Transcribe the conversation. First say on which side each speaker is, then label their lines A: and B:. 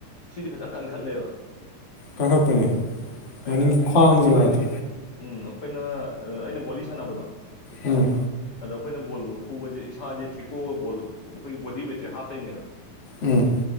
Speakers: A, on the left; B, on the left.
A: ꯁꯤꯗꯤ ꯐꯖꯅ ꯀꯟꯈꯠꯂꯦꯕ
B: ꯀꯟꯈꯠꯄꯅꯦ ꯃꯅꯤꯡꯒꯤ
A: ꯑꯩꯅ ꯑꯁ
B: ꯈ꯭ꯋꯥꯡ
A: ꯑꯩꯈꯣꯏꯗꯤ
B: ꯖꯒꯥꯗꯣ
A: ꯍꯥꯏꯗꯤ ꯎꯝ ꯑꯩꯈꯣꯏꯅ ꯑꯩꯅ ꯕꯣꯂꯤ ꯁꯥꯟꯅꯕꯗꯣ
B: ꯎꯝ
A: ꯑꯗꯣ ꯑꯈꯣꯏꯅ ꯕꯣꯜꯒꯕ ꯐꯨꯕꯁꯦ ꯏꯁꯥꯁꯦ ꯊꯦꯛꯇꯣꯛꯑꯒ ꯕꯣꯜ ꯑꯩꯈꯣꯏꯒꯤ ꯕꯣꯗꯤ ꯋꯦꯠꯁꯦ ꯍꯥꯞꯇꯣꯏꯅꯦꯕ
B: ꯎꯝ